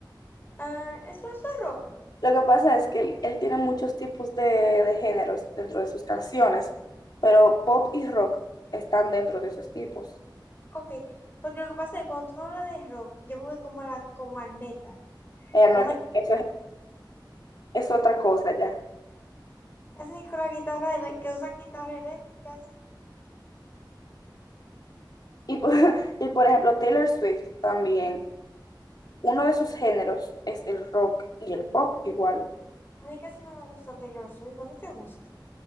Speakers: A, on the left; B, on the left.
A: ah, eso, eso es rock,
B: Lo que pasa es que él, él tiene muchos tipos de, de géneros dentro de sus canciones, pero pop y rock están dentro de esos tipos.
A: ok, porque lo que pasa es que cuando tú me hablas de rock, yo me voy como, a la, como al metal,
B: Ella
A: como
B: no,
A: el-
B: eso es, es otra cosa ya.
A: que hacen con la guitarra, ele- que usan guitarra eléctrica, que hacen,
B: Y, por- <laughs> y por ejemplo, Taylor Swift también, uno de sus géneros es el rock y el pop igual.
A: a mí casi no me gusta Taylor Swift, ¿a ti te gusta?